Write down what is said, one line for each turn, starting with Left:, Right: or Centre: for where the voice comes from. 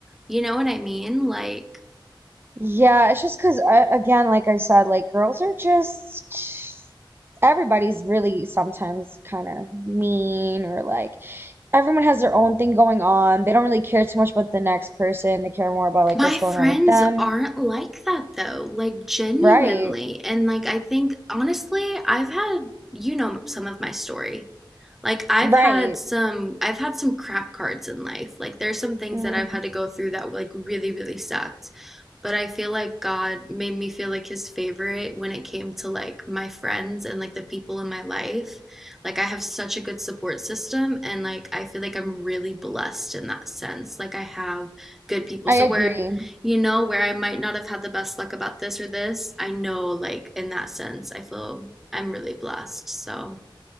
Centre: You know what I mean? Like,
Right: Yeah, it's just 'cause uh, again, like I said, like girls are just everybody's really sometimes kind of mean or like everyone has their own thing going on. They don't really care too much about the next person. They care more about like
Centre: my
Right: what's going
Centre: friends
Right: on with them.
Centre: aren't like that though, like genuinely.
Right: Right.
Centre: And like I think honestly, I've had you know some of my story. like I've
Right: Right.
Centre: had some I've had some crap cards in life. Like there's some things
Right: Mm,
Centre: that I've had to go through that like really really sucked. But I feel like God made me feel like his favorite when it came to like my friends and like the people in my life. Like I have such a good support system and like I feel like I'm really blessed in that sense. Like I have good people.
Right: I
Centre: So
Right: agree.
Centre: where you know where I might not have had the best luck about this or this, I know like in that sense I feel I'm really blessed. So